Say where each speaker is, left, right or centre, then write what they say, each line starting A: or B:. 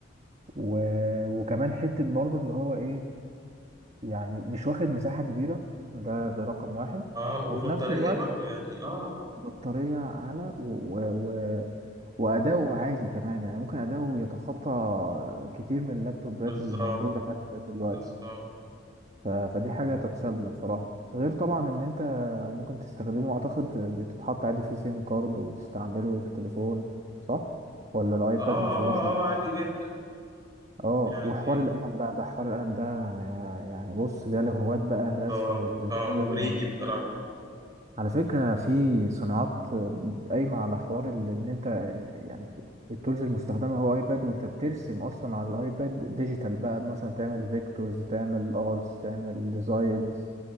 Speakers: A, on the right; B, on the right.
A: و- وكمان حته برضو اللي هو ايه يعني مش واخد مساحه كبيره ده ده رقم واحد
B: اه وبطارية
A: وفي نفس الوقت
B: برضو يعني اه
A: بطاريه اعلى و... و... وأداؤه عالي كمان يعني ممكن أداؤه يتخطى كتير من اللابتوبات
B: بالظبط
A: اللي موجودة حتى دلوقتي
B: بالظبط
A: ف... فدي حاجة تحسب له بصراحة غير طبعا إن أنت ممكن تستخدمه أعتقد بتتحط عادي فيه سيم كارد وتستعمله كتليفون صح؟ ولا الأيباد
B: اه
A: ما فيهوش
B: اه
A: إيه؟
B: اه عادي جدا
A: اه
B: يعني
A: وحوار القلم بقى ده حوار القلم ده يعني بص ده لهواة بقى الرسم
B: بالظبط
A: والديزاين
B: اه مغريني بصراحة
A: على فكرة في صناعات قايمة على حوار ال- إن أنت يعني التولز المستخدمة هو أيباد وأنت بترسم أصلا على الأيباد ديجيتال بقى مثلا تعمل فيكتورز تعمل أرتس تعمل ديزاينز